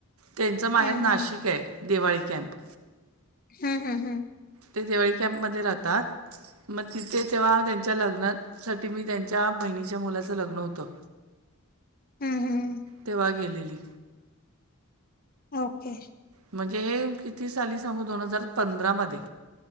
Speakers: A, on the right; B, on the left.
A: तेंचं माहेर
B: हम्म
A: नाशिक
B: हम्म
A: हे देवाळे कॅम्प.
B: हम् हम हम्
A: ते दिवाळी कॅम्पमध्ये राहतात. मग तिथे तेव्हा त्यांच्या लग्नात साठी मी त्यांच्या बहिणीच्या मुलाच लग्न होत.
B: हम्म हम्म
A: तेव्हा गेलेली.
B: ओके.
A: म्हणजे हे किती साली सांगू दोन हजार पंधरा मध्ये.